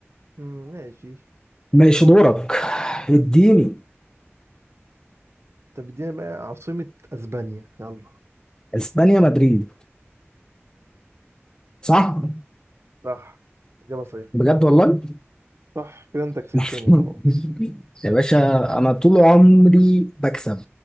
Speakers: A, on the right; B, on the left.
A: مم، ماشي
B: ماشي دورك اديني
A: طب ادينا بقى عاصمة اسبانيا يلا
B: اسبانيا مدريد صح
A: صح اجابة صحيحة
B: بجد والله
A: صح كده انت كسبتني
B: <laughs>
A: خلاص
B: يا باشا انا طول عمري بكسب